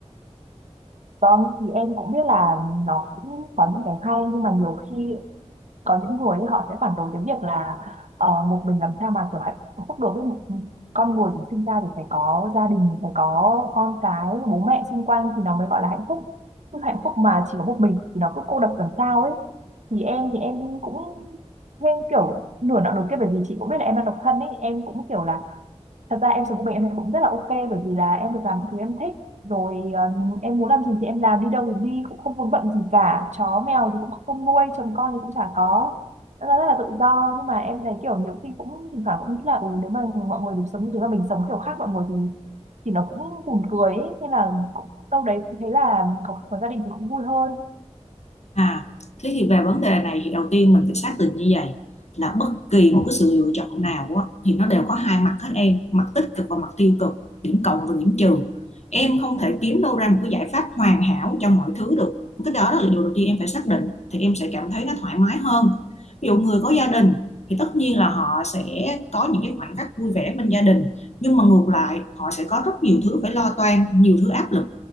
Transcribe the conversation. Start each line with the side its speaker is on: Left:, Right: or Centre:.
Right: Vâng, thì em cũng biết là nó cũng có những cái hay nhưng mà nhiều khi có những người ấy, họ sẽ phản đối cái việc là ờ, một mình làm sao mà kiểu hạnh phúc được ấy. Một- con người thì sinh ra thì phải có gia đình phải có con cái bố mẹ xung quanh thì nó mới gọi là hạnh phúc chứ hạnh phúc mà chỉ có một mình thì nó cứ cô độc làm sao ấy thì em thì em cũng thêm kiểu nửa nọ nửa kia bởi vì chị cũng biết là em đang độc thân ấy em cũng kiểu là thật ra em sống của mình em thấy cũng rất là ok bởi vì là em được làm những thứ em thích rồi um, em muốn làm gì thì em làm đi đâu thì đi cũng không vướng bận gì cả chó mèo thì cũng không nuôi chồng con thì cũng chả có Thật ra rất là tự do nhưng mà em thấy kiểu nhiều khi cũng thỉnh thoảng cũng nghĩ là ừ, nếu mà mọi người được sống như thế mà mình sống kiểu khác mọi người thì thì nó cũng buồn cười ấy. nên là cũng, đâu đấy cũng thấy là có, có gia đình thì cũng vui hơn
Left: À, thế thì về vấn đề này thì đầu tiên mình phải xác định như vậy là bất kỳ một cái sự lựa chọn nào á, thì nó đều có hai mặt hết em, mặt tích cực và mặt tiêu cực, điểm cộng và điểm trừ. Em không thể kiếm đâu ra một cái giải pháp hoàn hảo cho mọi thứ được. Cái đó là điều đầu tiên em phải xác định thì em sẽ cảm thấy nó thoải mái hơn. Ví dụ người có gia đình thì tất nhiên là họ sẽ có những cái khoảnh khắc vui vẻ bên gia đình, nhưng mà ngược lại họ sẽ có rất nhiều thứ phải lo toan, nhiều thứ áp lực